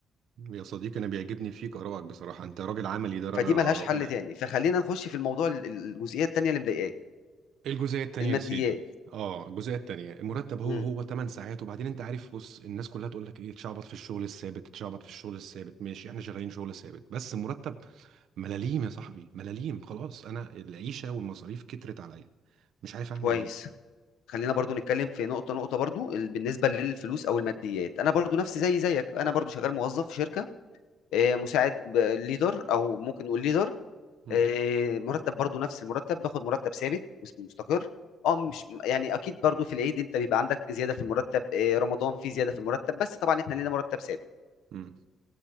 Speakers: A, on the right; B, on the left.
A: يا صديقي انا بيعجبني فيك ارائك بصراحة انت راجل عملي درجة
B: فدي ملهاش
A: اولى
B: حل
A: يعني.
B: تاني فخلينا نخش في الموضوع ال- ال- الجزئيه التانيه اللي مضايقاك
A: الجزئية التانية
B: الماديات
A: يا سيدي اه الجزئية التانية المرتب هو
B: امم
A: هو 8 ساعات وبعدين انت عارف بص الناس كلها تقول لك ايه تشعبط في الشغل الثابت تشعبط في الشغل الثابت ماشي احنا شغالين شغل ثابت بس المرتب ملاليم يا صاحبي ملاليم خلاص انا العيشة والمصاريف كترت عليا مش عارف اعمل
B: كويس
A: ايه
B: خلينا برضو نتكلم في نقطه نقطه برضو ال- بالنسبه للفلوس او الماديات انا برضو نفسي زي زيك انا برضو شغال موظف في شركه آه، مساعد ليدر او ممكن نقول ليدر
A: مم.
B: آه، مرتب برضو نفس المرتب باخد مرتب ثابت مستقر اه مش يعني اكيد برضو في العيد انت بيبقى عندك زياده في المرتب آه، رمضان في زياده في المرتب بس طبعا احنا لينا مرتب ثابت
A: مم.